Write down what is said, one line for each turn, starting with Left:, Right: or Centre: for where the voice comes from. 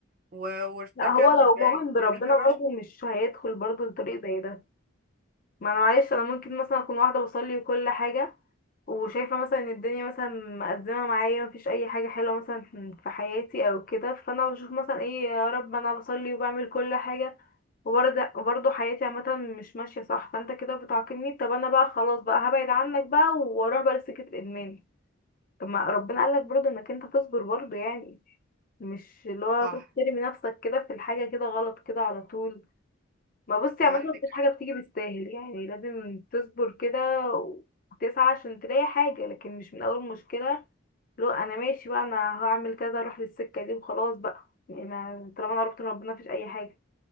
Right: و... وارتكب
Left: لا هو لو مؤمن بربنا
Right: جريمة بشعة
Left: برضه مش هيدخل برضه لطريق زي ده ما انا معلش انا ممكن مثلا اكون واحده بصلي وكل حاجه وشايفة مثلا ان الدنيا مثلا مقدمة معايا مفيش اي حاجة حلوة مثلا في حياتي او كده فانا بشوف مثلا ايه يا رب انا بصلي وبعمل كل حاجة وبرضه وبرضه حياتي عامة مش ماشية صح فانت كده بتعاقبني طب انا بقى خلاص بقى هبعد عنك بقى واروح بقى لسكة الادمان طب ما ربنا قالك برضه انك انت تصبر برضه يعني مش اللي هو
Right: صح
Left: تروح ترمي نفسك كده في الحاجة كده غلط كده على طول ما بصي
Right: عندك
Left: عامة مفيش حاجة بتيجي بالساهل يعني لازم تصبر كده وتسعى عشان تلاقي حاجة لكن مش من أول مشكلة لو أنا ماشي بقى أنا هعمل كذا أروح للسكة دي وخلاص بقى يعني ما طالما أنا قربت من ربنا مفيش أي حاجة